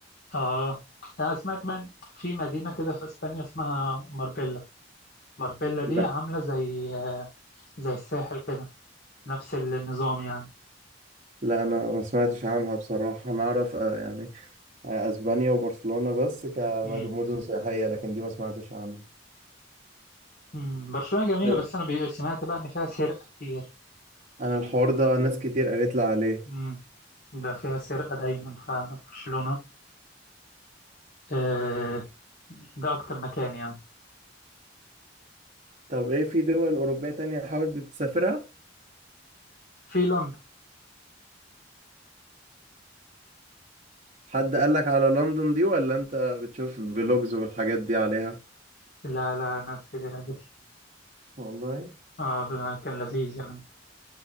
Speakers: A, on the left; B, on the right.
A: اه أنا سمعت كمان في مدينة كده في اسبانيا اسمها ماربيلا ماربيلا دي
B: لا
A: عاملة زي زي الساحل كده نفس النظام يعني
B: لا انا ما سمعتش عنها بصراحة انا اعرف آه، يعني آه، اسبانيا وبرشلونة بس كمدن
A: مم.
B: سياحية لكن دي ما سمعتش عنها
A: مم. برشلونة جميلة
B: طب
A: بس انا بي- سمعت بقى ان فيها سرقة كتير
B: انا الحوار ده ناس كتير قالت لي عليه
A: مم. ده فيها سرقة دايما فبرشلونة آه ده أكتر مكان يعني
B: طب ايه في دول اوروبية تانية حاولت تسافرها
A: في لندن
B: حد قالك على لندن دي ولا انت بتشوف فلوجز والحاجات دي عليها
A: لا لا ناس كتير قالت لي
B: والله
A: آه مكان لذيذ يعني